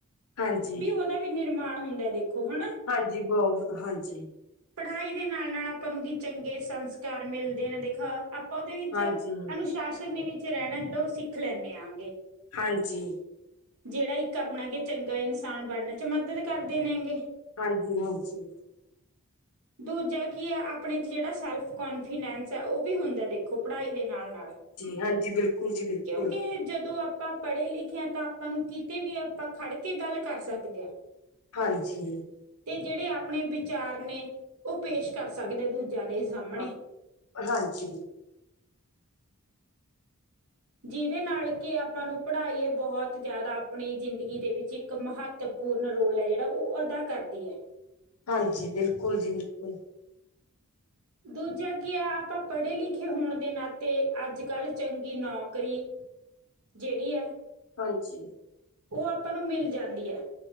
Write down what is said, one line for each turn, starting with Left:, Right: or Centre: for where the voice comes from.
Left: ਹਾਂਜੀ।
Right: ਵੀ ਉਹਦਾ ਵੀ ਨਿਰਮਾਣ ਹੁੰਦਾ ਦੇਖੋ ਹਨਾ।
Left: ਹਾਂਜੀ ਬਹੁ ਹਾਂਜੀ।
Right: ਪੜ੍ਹਾਈ ਦੇ ਨਾਲ ਨਾਲ ਅਪਾ ਨੂੰ ਵੀ ਚੰਗੇ ਸੰਸਕਾਰ ਮਿਲਦੇ ਨੇ ਦੇਖੋ। ਆਪਾਂ ਉਹਦੇ ਵਿੱਚ
Left: ਹਾਂਜੀ,
Right: ਅਨੁਸ਼ਾਸਨ ਦੇ ਵਿੱਚ ਰਹਿਣਾ ਉਹ ਸਿੱਖ ਲੈਆਂਗੇ।
Left: ਹਾਂਜੀ।
Right: ਜਿਹੜਾ ਇੱਕ ਆਪਣਾ ਕੇ ਚੰਗਾ ਇਨਸਾਨ ਬਣਨ ਚ ਮਦਦ ਕਰਦੇਨ ਗੇ।
Left: ਹਾਂਜੀ ਹਾਂਜੀ।
Right: ਦੂਜਾ ਕੀ ਹੈ ਆਪਣੇ ਚ ਜਿਹੜਾ ਸੈਲਫ਼ ਕੰਫੀਡੈਂਸ ਹੈ ਉਹ ਵੀ ਹੁੰਦਾ ਦੇਖ। ਓ ਪੜ੍ਹਾਈ ਦੇ ਨਾਲ ਨਾਲ
Left: ਹਾਂਜੀ-ਹਾਂਜੀ ਬਿਲਕੁਲ ਜੀ ਬਿਲਕੁਲ,
Right: ਕਿਉਂਕਿ ਜਦੋਂ ਆਪਾਂ। ਪੜ੍ਹੇ- ਲਿਖੇ ਆ ਤਾਂ ਆਪਾਂ ਨੂੰ ਕਿਤੇ ਵੀ ਆਪਾਂ ਖੜ ਕੇ ਗੱਲ ਕਰ ਸਕਦੇ ਆ।
Left: ਹਾਂਜੀ।
Right: ਤੇ ਜਿਹੜੇ ਆਪਣੇ ਵਿਚਾਰ ਨੇ ਉਹ ਪੇਸ਼ ਕਰ ਸਕਦੇ
Left: ਹਾਂਜੀ
Right: ਦੂਜਿਆਂ ਦੇ ਸਾਹਮਣੇ।
Left: ਹਾਂ, ਹਾਂਜੀ।
Right: ਜਿਹਦੇ ਨਾਲ ਕਿ ਆਪਾਂ ਨੂੰ ਪੜ੍ਹਾਈ ਹੈ ਬਹੁਤ ਜ਼ਿਆਦਾ ਆਪਣੀ ਜ਼ਿੰਦਗੀ ਦੇ ਵਿੱਚ ਇੱਕ ਮਹੱਤਵ। ਪੂਰਨ ਰੋਲ ਹੈ ਜਿਹੜਾ, ਉਹ ਅਦਾ ਕਰਦੀ ਹੈ।
Left: ਹਾਂਜੀ ਬਿਲਕੁੱਲ ਜੀ ਬਿਲਕੁੱਲ।
Right: ਦੂਜਾ ਕੀ ਆ ਆਪਾਂ ਪੜ੍ਹੇ ਲਿਖੇ ਹੋਣ ਦੇ ਨਾਲੇ ਅੱਜ ਕੱਲ੍ਹ ਚੰਗੀ ਨੌਕਰੀ। ਜਿਹੜੀ ਆ।
Left: ਹਾਂਜੀ।
Right: ਉਹ ਆਪਾਂ ਨੂੰ ਮਿਲ ਜਾਂਦੀ ਆ।